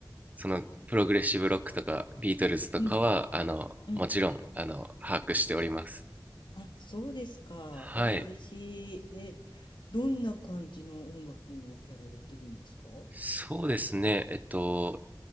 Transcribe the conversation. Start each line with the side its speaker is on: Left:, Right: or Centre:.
Right: そのプログレッシブロックとかビートルズとかはあのもちろんあの把握しております
Left: うんうんあそうですかわあ嬉しいえ
Right: はい
Left: どんな感じの音楽のやられてるんですかは
Right: そうですねえっと